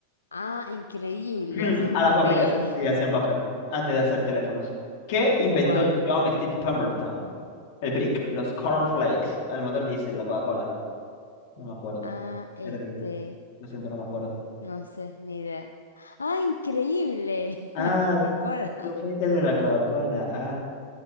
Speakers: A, on the left (about 85°); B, on the left (about 55°).
A: Ah, increíble,
B: <clears throat>
A: hacían
B: A
A: papel.
B: la fábrica. Sí, hacían papel antes de hacer teléfonos. ¿Qué inventó
A: Wow.
B: John Steve Pemberton? El brick, los cornflakes, el motor diésel, la Coca-Cola. No me acuerdo.
A: Ah, este,
B: Perdí. Lo siento, no me acuerdo.
A: no sé, ni idea. ¡Ah, increíble! <laughs>
B: Ah,
A: La Coca-Cola.
B: tú fuiste el de la Coca-Cola. Ah,